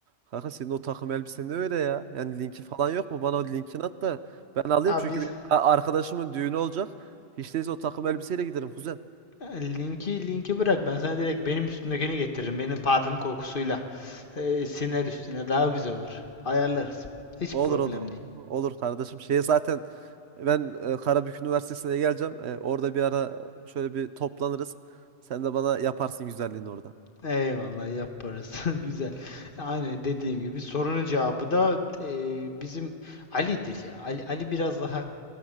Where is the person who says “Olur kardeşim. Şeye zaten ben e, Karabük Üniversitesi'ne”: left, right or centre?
Right